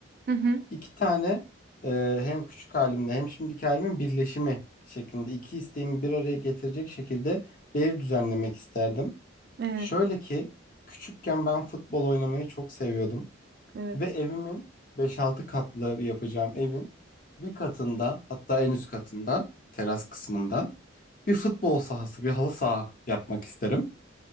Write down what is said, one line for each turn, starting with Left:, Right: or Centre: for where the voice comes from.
Right: Hı hı.
Left: iki tane eee, hem küçük halimde hem şimdiki halimin birleşimi şeklinde iki isteğimi bir araya getirecek şekilde bir ev düzenlemek isterdim.
Right: E,
Left: Şöyle ki küçükken ben futbol oynamayı çok seviyordum
Right: evet.
Left: ve evimin beş-altı katlı yapacağım evin bir katında hatta en üst katında teras kısmında bir futbol sahası bir halı saha yapmak isterim.